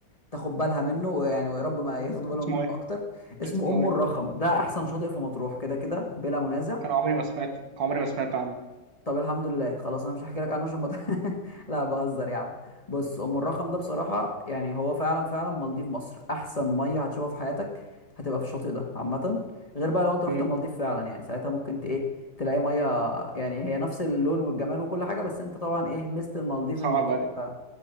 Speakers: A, on the left (about 20°); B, on the right (about 80°).
A: تاخد بالها منه ويعني ويا رب ما ياخدوا بالهم
B: اسمه
A: منه
B: ايه
A: اكتر اسمه
B: اسمه
A: ام
B: ايه
A: الرخم ده احسن شاطئ في مطروح كده كده بلا منازع
B: انا عمري ما سمعت عمري ما سمعت عنه
A: طب الحمد لله خلاص انا مش هحكي لك عنه عشان ما ت- <laughs> لا بهزر يا عم بص ام الرخم ده بصراحه يعني هو فعلا فعلا مالديف مصر احسن ميه هتشوفها في حياتك هتبقى في الشاطئ ده عامه غير بقى لو انت رحت
B: مم.
A: المالديف فعلا يعني ساعتها ممكن ت ايه تلاقي ميه يعني هي نفس اللون والجمال وكل حاجه بس انت طبعا ايه ميزه المالديف
B: صعب
A: انك
B: عليك
A: انت